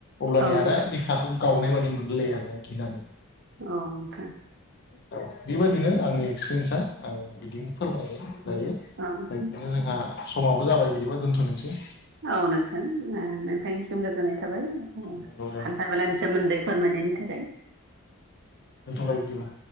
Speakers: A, on the left; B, on the right.
A: अब्लानि
B: औ
A: आरो
B: नोंथां औ नोंथां औ नोंथां
A: बे हाखौ गावनाय बादि मोनललाय आरोना गिनानै।
B: अ नोंथां।
A: ओ औ बेबायदिनो आंनि एक्सपिरियेन्सा आं बिदिन फोरमाय लायो बेबायदिनो
B: औ नोंथां औ नोंथां
A: जोंहा समाबो जाबाय बिदिबा दोनथ'नोसै
B: औ नोंथां ओ नोंथांनिसिम गोजोननाय थाबाय उम
A: नंगौ दे
B: हान्था मेलानि सोमोन्दै फोरमायनायनि थाखाय
A: दोनथ'बाय बिदिबा